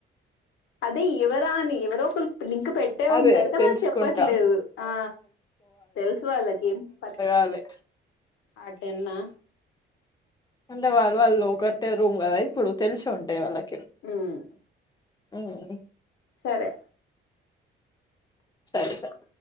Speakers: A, on the left; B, on the left.
A: అదే ఎవరా అని ఎవరో ఒకుల్ లింక్ పెట్టే
B: అదే
A: ఉంటారు కదా
B: తెలుసుకుంటా
A: అది చెప్పట్లేదు ఆ తెలుసు వాళ్ళకి ఏం పచ్
B: ఆలే
A: అట్టేన్నా
B: అంటే వాళ్ళు వాళ్ళు లో కట్టే రూమ్ కదా ఇప్పుడు తెలిసే ఉంటాయి వాళ్ళక్
A: ఉమ్
B: ఉమ్హ్
A: సరే
B: సరే సర్